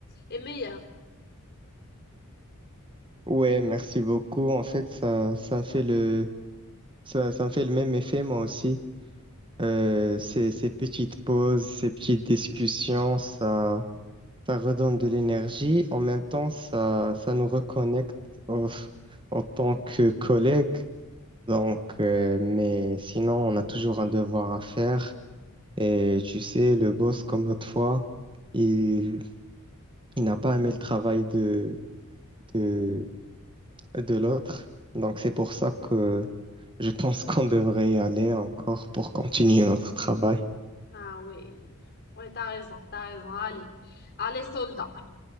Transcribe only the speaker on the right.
Ouais, merci beaucoup. En fait, ça, ça me fait le, ça, ça me fait le même effet, moi aussi. Euh, ces, ces petites pauses, ces petites discussions, ça, ça redonne de l'énergie. En même temps, ça, ça nous reconnecte en en tant que collègues. Donc, euh, mais sinon, on a toujours un devoir à faire. Et tu sais, le boss, comme l'autre fois, il, il n'a pas aimé le travail de, de, de l'autre. Donc, c'est pour ça que je pense
qu'on devrait y aller encore pour continuer notre travail.